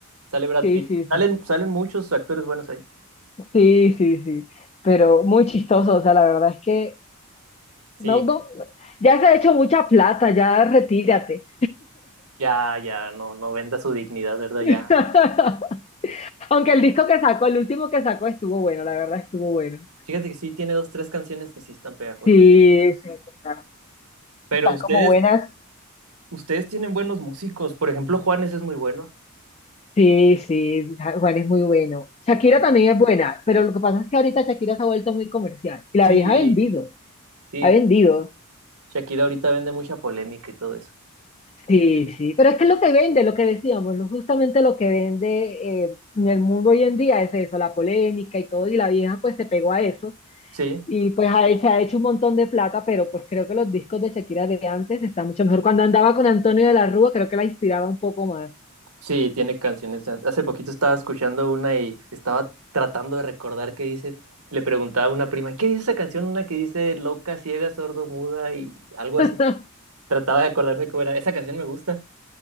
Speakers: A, on the right; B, on the left.
A: Sale Brad
B: Sí,
A: Pitt.
B: sí,
A: Salen,
B: sí.
A: salen muchos actores buenos ahí.
B: Sí, sí, sí, pero muy chistoso, o sea, la verdad es que
A: Sí,
B: no, no, ya se ha hecho mucha plata, ya retírate.
A: ya, ya, no, no venda su dignidad, ¿verdad?
B: <laughs>
A: Ya.
B: Aunque el disco que sacó, el último que sacó estuvo bueno, la verdad estuvo bueno.
A: Fíjate que sí, tiene dos, tres canciones que sí están pegajosas.
B: Sí, sí, sí, claro.
A: Pero
B: Están
A: ustedes,
B: como buenas.
A: ustedes tienen buenos músicos. Por ejemplo, Juanes es muy bueno.
B: Sí, sí, Juan es muy bueno. Shakira
A: Sí, Juan.
B: también es buena, pero lo que pasa es que ahorita Shakira se ha vuelto muy comercial. Y
A: Sí,
B: la vieja ha vendido,
A: sí.
B: ha vendido.
A: Shakira ahorita vende mucha polémica y todo eso.
B: Sí, sí, pero es que lo que vende, lo que decíamos, lo- justamente lo que vende eh, en el mundo hoy en día es eso, la polémica y todo, y la vieja pues se pegó a eso
A: Sí.
B: Y pues a él se ha hecho un montón de plata, pero pues creo que los discos de Shakira de antes están mucho mejor. Cuando andaba con Antonio de la Rúa, creo que la inspiraba un poco más.
A: Sí, tiene canciones. Hace poquito estaba escuchando una y estaba tratando de recordar qué dice. Le preguntaba a una prima, ¿qué dice esa canción? Una que dice loca, ciega, sordo, muda y algo
B: <laughs>
A: así. Trataba de acordarme cómo era. Esa canción me gusta.